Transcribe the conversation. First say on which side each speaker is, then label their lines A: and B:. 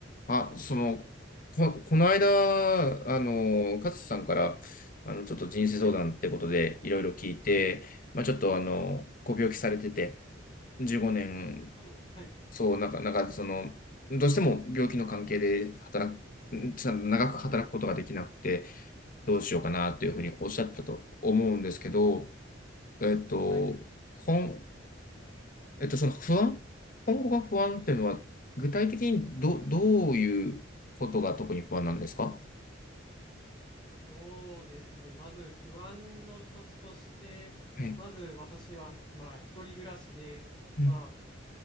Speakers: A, on the left; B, on the left.
A: あ、その、こ、この間、あの、勝さんから、あの、ちょっと人生相談ってことで、
B: はい。
A: いろいろ聞いて、まあ、ちょっと、あの、ご病気されてて、15年、
B: そうです。はい。
A: そう、なんか、なんか、その、どうしても病気の関係で働く、んちょっと長く働くことができなくて、どうしようかな、というふうにおっしゃったと思うんですけど、
B: そうなんですよね。
A: えっと、
B: はい。
A: こんえっと、その不安、今後が不安っていうのは、
B: はい
A: 具体的にど、どういうことが特に不安なんですか
B: そうですね。まず不安の一つとして、
A: はい。
B: まず私は、まあ、一人暮らしで、
A: うん。
B: まあ、